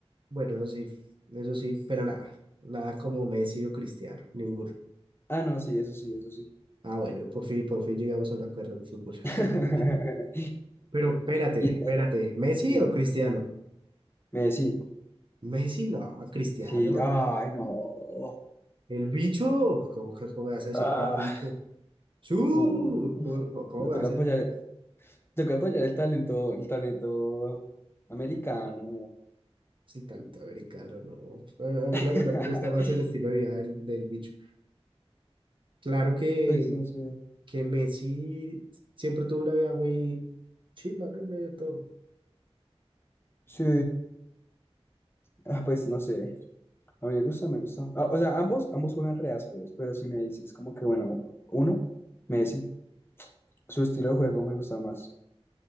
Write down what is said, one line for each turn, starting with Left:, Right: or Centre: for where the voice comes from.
Right: Bueno, sí, eso sí, pero nada, nada como Messi o Cristiano, ninguno.
Left: Ah, no, sí, eso sí, eso sí.
Right: Ah, bueno, por fin, por fin llegamos a un acuerdo en fútbol.
Left: <laughs>
Right: <laughs> Pero espérate,
Left: Y, eh,
Right: espérate, ¿Messi
Left: dime,
Right: o Cristiano?
Left: Messi,
Right: Messi no, Cristiano.
Left: sí, ay, no.
Right: El bicho, ¿cómo, que- cómo me vas a decir
Left: Ah,
Right: que el bicho? ¡Su!
Left: no.
Right: ¿Cómo, cómo- cómo
Left: No,
Right: me
Left: Toca
Right: vas
Left: apoyar,
Right: a decir que
Left: toca apoyar el talento, el talento americano.
Right: si tanto americano? No. A, a mí
Left: <laughs>
Right: la verdad me gusta más el estilo de vida del, del bicho. Claro que
Left: Pues no sé.
Right: que Messi siempre tuvo una vida muy chimba, ¿no? En medio de todo.
Left: Sí, ah, pues no sé. A mí me gusta, me gusta. Ah, O sea, ambos, ambos juegan re ásperos, pero si me dices como que, bueno, uno, Messi, su estilo de juego me gusta más.